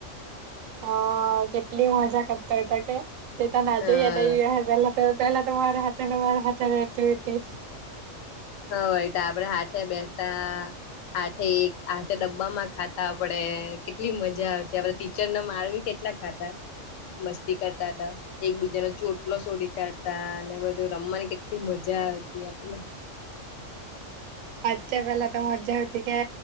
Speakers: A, on the right (about 90°); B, on the left (about 80°).
A: હા કેટલી મજા કરતા હોતા કે તે તને આજે
B: હા
A: યાદ આવી પેલા તો પેલા તો મારા હાથે ને મારા હાથે રેતી વતી.
B: હા એટ આપડે હાથે બેતા હાથે એક હથે ડબ્બામાં ખાતા આપડે કેટલી મજા આવતી આપડ ટીચરને મારવી કે ખાધા મસ્તી કરતા હતા એક બીજા ન ચોટલો સોડી કાઢ તા અને બધું રમવાની કેટલી મજા આવતી આપડે ને.
A: સાચ્ચા પેલા તો મજા આવતી કે